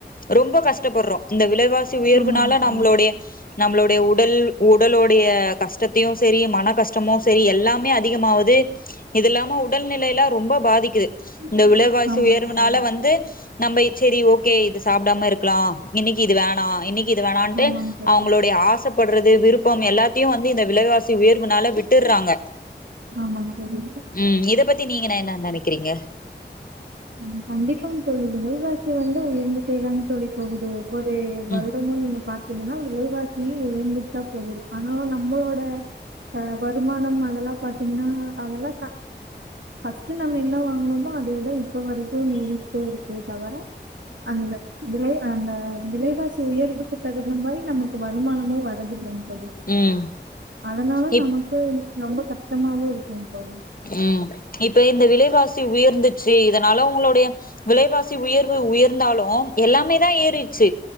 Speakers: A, on the left; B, on the right.
A: ரொம்ப கஷ்டப்பறோம் இந்த விலைவாசி உயர்வுனால
B: ஆமாங்க தோழி
A: நம்மளுடைய நம்மளுடைய உடல் உடலோடைய கஷ்டத்தையும் செரி மன கஷ்டமும் செரி எல்லாமே அதிகமாவுது இது இல்லாம உடல்நிலையல்லா ரொம்ப பாதிக்கிது
B: ஆமாங்க
A: இந்த விலைவாசி உயர்வுனால
B: தோழி
A: வந்து நம்ம செரி ஓகே இது சாப்டாம இருக்கலாம் இன்னைக்கி இது வேணா இன்னக் இது வேணாட்டு
B: ஆமாங்க தோழி
A: அவுங்களுடைய ஆசைப்படுறது விருப்பம் எல்லாத்தையும் வந்து இந்த விலைவாசி உயர்வுனால விட்டுறாங்க
B: ஆமாங் தோழி
A: ம் இத பத்தி நீங்க நெ என்ன நெனக்கிறீங்க
B: ம் கண்டிப்பாங்க தோழி வெலைவாசி வந்து உயந்துக்கிட்டே தா தோழி போகுது ஒவ்வொவே வருடமும்
A: ம்
B: நீங்க பா பாத்திங்கன்னா விலைவாசியு உயர்துட்டு தா போகுது ஆனா நம்மளோ ட வருமானம் அதெல்லா பாத்தீங்கன்னா அதெல்லா ஃபஸ்ட் நம்ம என்ன வாங்கனமோ அதேதா இப்ப வரைக்கு நீடிஸ்ட்டே இருக்கு தவிர அந்த விலை அந்த விலைவாசி உயர்வுக்கு தகுந்த மாரி நமக்கு வருமானமும் வரு வருதுல்லைங்க தோழி
A: ம்
B: அதனால
A: இப்
B: நமக்கு ரொம்ப கஷ்டமாவு இருக்கும் தோழி
A: ம் இப்ப இந்த விலைவாசி உயர்ந்துச்சி இதனால உங்களுடைய விலைவாசி உயர்வு உயர்ந்தாலு எல்லாமே தா ஏறிச்சி